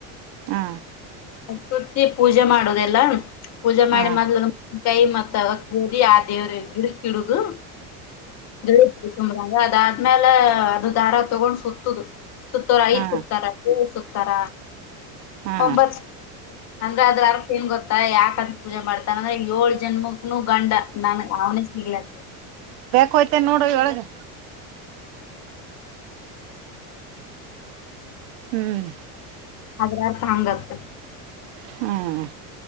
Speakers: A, on the right; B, on the left.
A: ಹಾ
B: ಸುತ್ತಿ ಪೂಜೆ ಮಾಡೋದೆಲ್ಲಾ ಪೂಜೆ ಮಾಡಿ
A: ಹ್ಮ್
B: ಮದ ಕೈ ಮತ್ತ ಹುರಿ ಆ ದೇವರಿಗೆ ಗಿಡುಕ ಇಡುದು ಗಿಡು ತುಂಬಾಾಗ ಅದು ಅದ್ಮೇಲೆ ಅದು ದಾರ ತಗೊಂಡ್ ಸುತ್ತುದು ಸುತ್ತಾರ ಐದ್
A: ಹ್ಮ್
B: ಸಕ್ತಾರ ಏಳ ಸತಾರ
A: ಹ್ಮ್
B: ಒಂಬತ್ ಅಂದ್ರೆ ಅದ್ರ ಅಕ್ ಏನ್ ಗೊತ್ತ ಯಾಕ ಅದ ಪೂಜೆ ಮಾಡತಾರ ಅಂದ್ರೆ ಏಳ್ ಜನ್ಮ ನು ಗಂಡ ನನ್ ಅವನೇ ಸಿಗ್ಲತ್ತ
A: ಕೊ ತೆ ನೋಡವಳಗೆ ಹ್ಮ್
B: ಅದ್ರ ಅರ್ಥ ಹಂಗ ಆತದೆ
A: ಹ್ಮ್